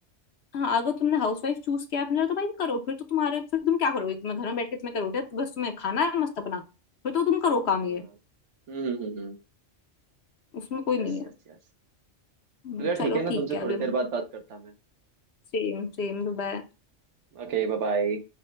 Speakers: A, on the left (about 65°); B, on the right (about 75°).
A: हाँ अगर तुमने हाउस वाइफ चूज किया अपने लिए, तो भाई करो फिर तो तुम्हारे फिर तुम क्या करोगे तुम्हें घर में बैठ के तुम्हें करोगे बस तुम्हें खाना है मस्त अपना फिर तो तुम करो काम
B: है
A: ये
B: हाँ हम्म हम्म
A: उसमें कोई
B: Yes
A: नहीं है
B: yes yes
A: हम्म,
B: चलो
A: चलो
B: ठीक है ना
A: ठीक
B: तुमसे
A: है
B: थोड़ी
A: अभी हम
B: देर बाद बात करता मैं
A: सेम सेम सुबह
B: ओके बाय बाय